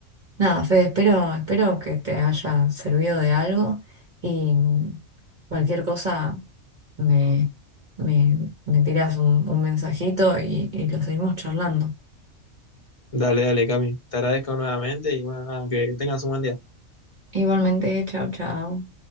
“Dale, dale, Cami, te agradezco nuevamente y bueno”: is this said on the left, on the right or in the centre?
Left